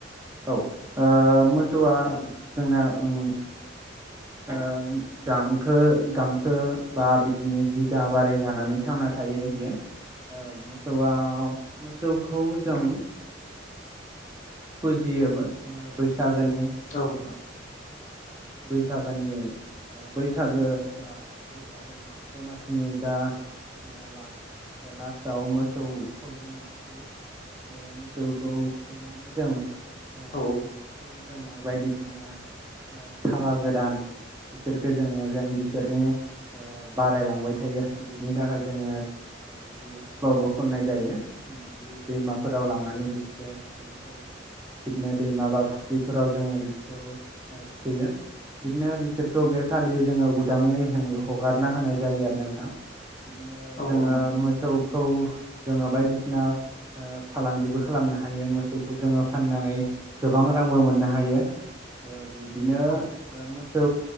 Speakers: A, on the right; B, on the left.
A: औ ओ मोसौआ
B: औ
A: जोंना ओम ओम गांखो गांसो बा बिदिनो जिगाबआरि जानानै थांना थायो बियो। औ मोसौ आव मोसौखौ जों फुजियोबो बैसागोनि
B: औ नोंथां
A: बै सागोनि ओ बैसागो बैसागो नङा दमासिनि जा ला लास्टआव मोसौ खौ जोङो थुखैयो बे मोसौखौ थुखैनानै जों ओ
B: औ नोंथां औ
A: बेखौ जोङो बायदिसिना ओ फागा गोदान बिसोरखौ जोङो जेन बिसोरनि ओ बारायलांबाय थायो बिनि थाखाय जोङो ओ बिदि सलबो खननाय जायो बिदि दैमाफोराव लांनानै बिसोरखो थुखैनाय जायो बिदिनो दैमा बा फुख्रिफोराव जोङो बि थुखैयो बिदिनो बिसोरखौ बे खालि जोङो उदाङै हें हगारना होनाय जायो आरो नोंथां बिदिनो
B: औ
A: जोङो
B: औ
A: मोसौ खौ जोङो बायदिसिना फालांगिबो खालामनो हायो मोसौखौ जोङो फाननानै गोबां रांबो मोननो हायो बिदिनो
B: औ
A: मोसौ